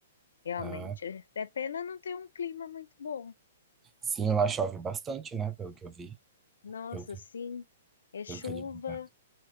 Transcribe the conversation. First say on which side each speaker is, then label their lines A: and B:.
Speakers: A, on the left (about 60°); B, on the right (about 15°).
A: realmente.
B: Ah,
A: É pena não ter um clima muito bom.
B: sim, lá chove bastante, né, pelo que eu vi.
A: Nossa,
B: Pelo que,
A: sim, é chuva,
B: pelo que é de verdade.